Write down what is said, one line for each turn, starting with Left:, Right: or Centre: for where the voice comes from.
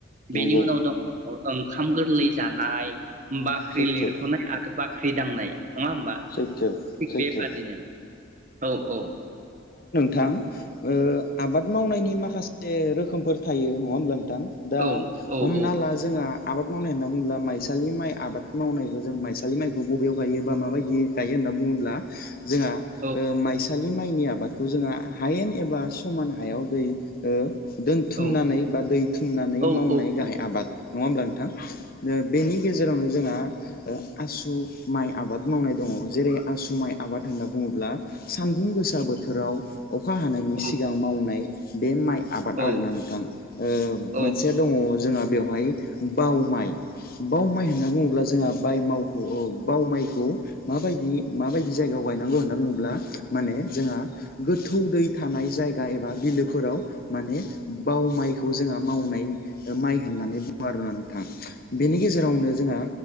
Right: बेनि
Left: नंगौ
Right: उनाव दङ ओंखाम गोरलै जानाय बाख्रि
Left: सैथो
Right: लिरख'नाय आरो बाख्रि दांनाय नङा होमबा
Left: सैथो
Right: थिग
Left: सैथो
Right: बेबादिनो औ औ
Left: थां ओ आबाद मावनायनि माखासे से रोखोमफोर थायो नङा होमब्ला नों थां दा
Right: औ औ
Left: हमना
Right: औ
Left: ला जोंहा आबाद मावनाय होनना बुङोब्ला माइसालि माइ आबाद मावनायखौ जों माइसालि माइखौ बबेयाव गायो बा माबायदि गायो होनना बुङोब्ला जोंहा
Right: औ
Left: ओ माइसालि माइनि आबादखौ जोंहा हायेन एबा समान हायाव दै ओ दोनथुमनानै
Right: औ
Left: बा दै थुमनानै
Right: औ
Left: मावनाय
Right: औ
Left: गाहाय आबाद नङा होमब्ला नोंथां बेनि गेजेरावनो जोंहा <inaudible> ओ आसु माइ आबाद मावनाय दङ जेरै आसु माइ आबाद होनना बुङोब्ला सान्दुं गोसा बोथोराव अखा हानायनि
Right: औ
Left: सिगां मावनाय बे माइ आबाद
Right: औ
Left: आरोना नोंथां ओ
Right: औ
Left: मोनसेया दङ जोंहा बेवहाय बाव माइ बाव माइ होनना बुङोब्ला जोंहा बाय मावखौ औ बाव माइखौ माबायदि माबायदि जायगायाव गायनांगौ होनना बुङोब्ला माने जोंहा गोथौ दै था थानाय जायगा एबा बिलो फोराव माने बाव माइखौ जोंहा मावनाय माइ होननानै बुङो आरोना नोंथां बेनि गेजेरावनो जोंहा